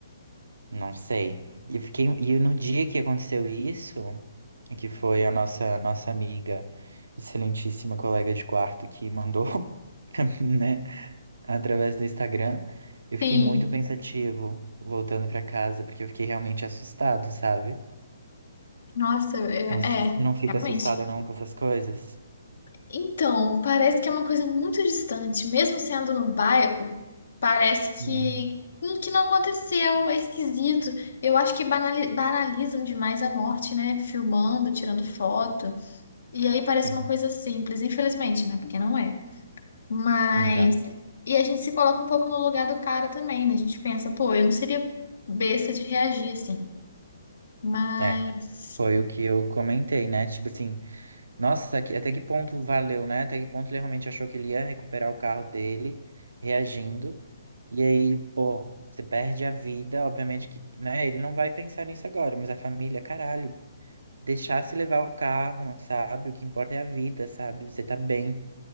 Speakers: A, on the right; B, on the left.
A: não sei. E eu fiquei, e no dia que aconteceu isso, que foi a nossa nossa amiga, excelentíssima colega de quarto que mandou, <laughs> né, através do Instagram, eu fiquei
B: sim.
A: muito pensativo voltando pra casa, porque eu fiquei realmente assustado, sabe?
B: Nossa, é,
A: Você
B: é,
A: não fica
B: realmente.
A: assustada não com essas coisas?
B: Então, parece que é uma coisa muito distante, mesmo sendo no bairro, parece
A: Hum,
B: que, hum, que não aconteceu, é esquisito. Eu acho que banali- banalizam demais a morte, né? Filmando, tirando foto. E aí parece
A: sim,
B: uma coisa simples, infelizmente, né? Porque não é. Mas.
A: exato.
B: E a gente se coloca um pouco no lugar do cara também, né? A gente pensa, pô, eu não seria besta de reagir assim. Mas.
A: É, foi o que eu comentei, né? Tipo assim, Nossa, que- até que ponto valeu, né? Até que ponto ele realmente achou que ele ia recuperar o carro dele, reagindo. E aí, pô, você perde a vida, obviamente que, né? Ele não vai pensar nisso agora, mas a família, caralho, deixar se levar o carro, sabe? O que importa é a vida, sabe? Você tá bem,